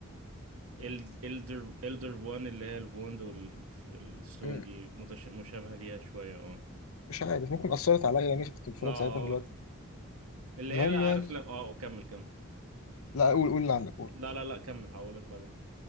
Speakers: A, on the right; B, on the left.
A: الالدر الدر وان اللي هي الوند والستون
B: مم.
A: دي متش... مشابهه ليها شويه اه
B: مش عارف ممكن اثرت عليا يعني كنت بتفرج
A: لا آه.
B: ساعتها في الوقت
A: اللي
B: المهم
A: هي لا
B: يعني
A: عارف لا اه كمل كمل
B: لا قول قول اللي عندك قول
A: لا لا لا كمل هقولك بعدين